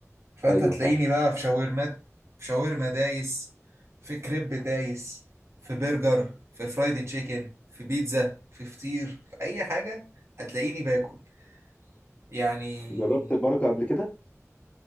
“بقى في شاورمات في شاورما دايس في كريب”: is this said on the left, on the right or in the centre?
Right